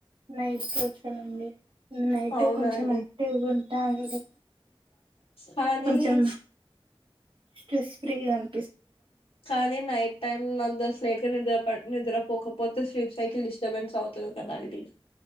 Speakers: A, on the right (about 60°); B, on the left (about 70°).
A: నైస్ కోషన్ అండి. నైట్
B: అవునండి
A: కొంచెం యాక్టివ్ గా ఉంటారు అండి
B: కానీ
A: కొంచెం. స్ట్రెస్ ఫ్రీగాన్.
B: కానీ నైట్ టైమ్ అంతస్లేట్. నిద్ర పడ్ నిద్రపోకపోతే స్లీప్ సైకిల్ డిస్టర్బెన్స్ అవుతది కదా అండి.